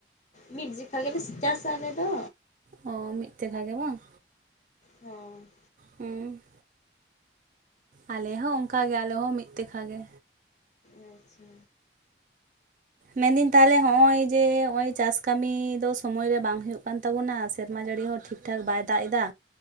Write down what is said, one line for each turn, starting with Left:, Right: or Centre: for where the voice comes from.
Left: ᱢᱤᱫ ᱡᱮᱠᱷᱟ ᱜᱮᱞᱮ ᱪᱟᱥᱟ ᱟᱞᱮ ᱫᱚ
Right: ᱚ ᱢᱤᱫ ᱛᱮᱠᱷᱟ ᱜᱮ ᱵᱟᱝ
Left: ᱦᱮᱸ
Right: ᱦᱩᱸ ᱟᱞᱮ ᱦᱚᱸ ᱚᱝᱠᱟ ᱜᱮ ᱟᱞᱮ ᱦᱚᱸᱚᱸ ᱢᱤᱫ ᱛᱮᱠᱷᱟ ᱜᱮ
Left: ᱟᱪᱪᱷᱟ
Right: ᱢᱮᱱᱫᱟᱹᱧ ᱛᱟᱦᱚᱞᱮ ᱦᱚᱸᱜ ᱼᱚᱭ ᱡᱮ ᱦᱚᱸᱜᱼᱚᱭ ᱪᱟᱥ ᱠᱟᱹᱢᱤ ᱫᱚ ᱥᱳᱢᱚᱭ ᱨᱮ ᱵᱟᱝ ᱦᱩᱭᱩᱜ ᱠᱟᱱ ᱛᱟᱵᱚᱱᱟ ᱥᱮᱨᱢᱟ ᱡᱟᱹᱲᱤ ᱦᱚᱸ ᱴᱷᱤᱠ ᱴᱷᱤᱠ ᱴᱷᱟᱠ ᱵᱟᱭ ᱫᱟᱜ ᱮᱫᱟ